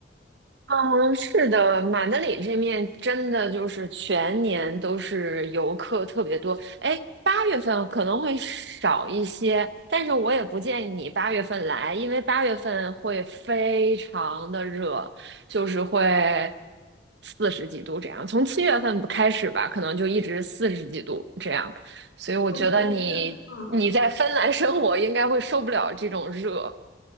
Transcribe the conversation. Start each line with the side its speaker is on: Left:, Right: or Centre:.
Right: 嗯，是的，马德里这面真的就是全年都是游客特别多。哎，八月份可能会少一些，但是我也不建议你八月份来，因为八月份会非常的热，就是会四十几度这样。从七月份开始吧，可能就一直四十几度这样。所以我觉得你你在芬兰生活应该会受不了这种热。
Left: 我我觉得，嗯，